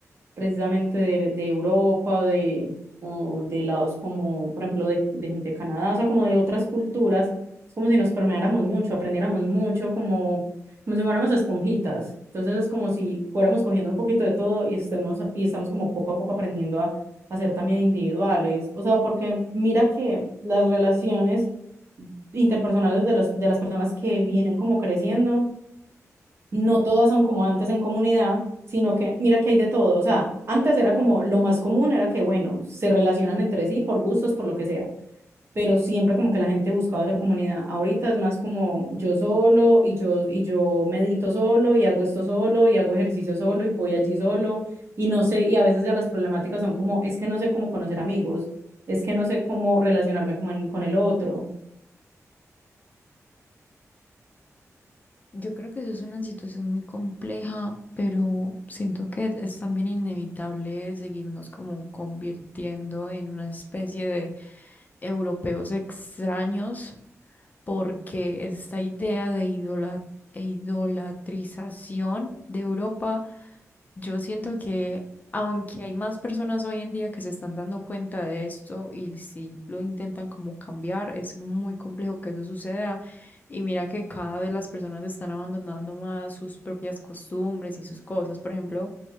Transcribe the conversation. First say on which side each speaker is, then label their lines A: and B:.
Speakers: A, on the right; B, on the left.
A: precisamente de, de Europa o de, o de lados como, por ejemplo, de, de gente de Canadá, o sea, como de otras culturas. Es como si nos permeáramos mucho, aprendiéramos mucho, como, como si fuéramos esponjitas. Entonces es como si fuéramos cogiendo un poquito de todo y estemos, y estamos como poco a poco aprendiendo a, a ser también individuales. O sea, porque mira que las relaciones interpersonales de los, de las personas que vienen como creciendo no todas son como antes en comunidad, sino que mira que hay de todo. O sea, antes era como lo más común era que, bueno, se relacionan entre sí por gustos, por lo que sea, pero siempre como que la gente buscaba hacer comunidad. Ahorita es más como yo solo y yo, y yo medito solo y hago esto solo y hago ejercicio solo y voy allí solo y no sé, y a veces ya las problemáticas son como, es que no sé cómo conocer amigos, es que no sé cómo relacionarme con el, con el otro.
B: Yo creo que eso es una situación muy compleja, pero siento que es también inevitable seguirnos como convirtiendo en una especie de europeos extraños, porque esta idea de idola- e idolatrización de Europa, yo siento que aunque hay más personas hoy en día que se están dando cuenta de esto y si lo intentan como cambiar, es muy complejo que eso suceda y mira que cada vez las personas están abandonando más sus propias costumbres y sus cosas. Por ejemplo,